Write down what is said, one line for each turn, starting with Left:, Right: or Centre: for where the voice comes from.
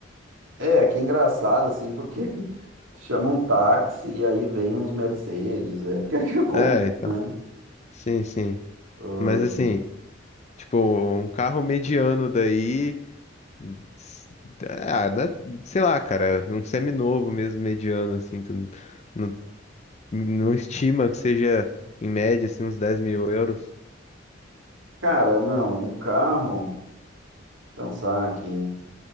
Right: É, que é engraçado, assim, porque <laughs> tu chama um táxi e aí vem uns Mercedes, é, porque aqui é comum,
Left: É, então.
Right: né?
Left: Sim, sim.
Right: Ah,
Left: Mas assim, tipo, um carro mediano daí. s- Ah, né? Sei lá, cara, um seminovo mesmo, mediano, assim. Tu n- não, não estima que seja, em média, assim, uns 10 mil euros.
Right: Cara, não, um carro, pensar aqui,